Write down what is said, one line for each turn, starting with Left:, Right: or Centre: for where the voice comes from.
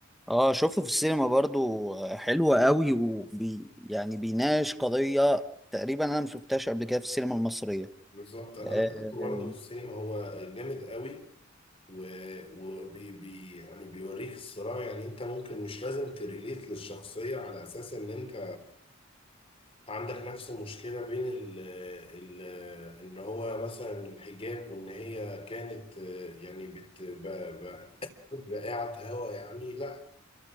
Centre: اه شفته في السينما برضو آه، حلو قوي وبي يعني بيناقش قضية تقريبا انا ما شفتهاش قبل كده في السينما المصرية
Left: بالظبط أنا
Centre: آه،
Left: دخلته برضه في السينما هو جامد قوي و... وبي بي يعني بيوريك الصراع يعني أنت ممكن مش لازم تريليت للشخصية على أساس إن أنت عندك نفس المشكلة بين ال ال إن هو مثلا الحجاب وإن هي كانت آه، يعني بت... ب... ب... بقعة هوا يعني لا